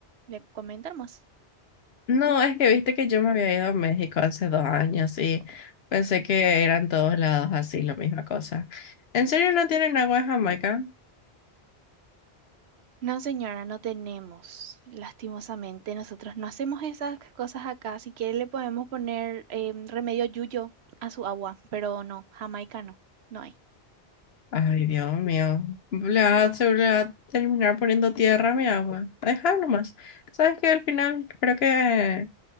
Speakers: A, on the right; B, on the left.
A: ¿Le comentan más?
B: No, es que viste que yo me había ido a México hace dos años y pensé que eran todos lados así, la misma cosa. ¿En serio no tienen agua de Jamaica?
A: No, señora, no tenemos. Lastimosamente, nosotros no hacemos esas cosas acá. Si quiere, le podemos poner eh, remedio yuyo a su agua, pero no, jamaica no, no hay.
B: Ay, Dios mío. Le va, se le va a terminar poniendo tierra a mi agua. Dejarlo más. Sabes que al final creo que